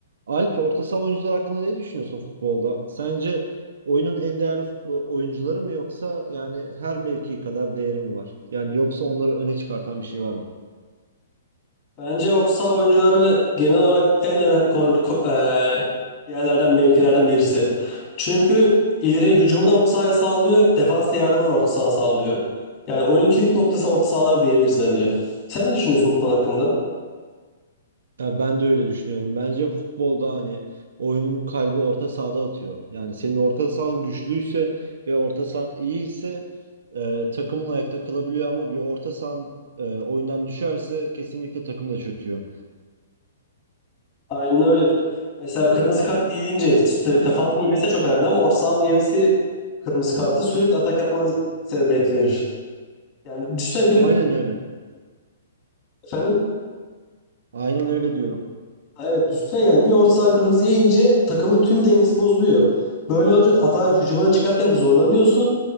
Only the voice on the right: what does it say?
Alp, orta saha oyuncular hakkında ne düşünüyorsun futbolda? Sence oyunun en değerli futbol oyuncuları mı yoksa yani her mevki kadar değeri mi var? Yani yoksa onları öne çıkartan bir şey var mı?
Ya ben de öyle düşünüyorum. Bence futbolda hani oyunun kalbi orta sahada atıyor. Yani senin orta sahan güçlüyse ve orta sahan iyiyse e, takımın ayakta kalabiliyor ama bir orta sahan e, oyundan düşerse kesinlikle takım da çöküyor.
Aynen öyle.
Aynen öyle diyorum.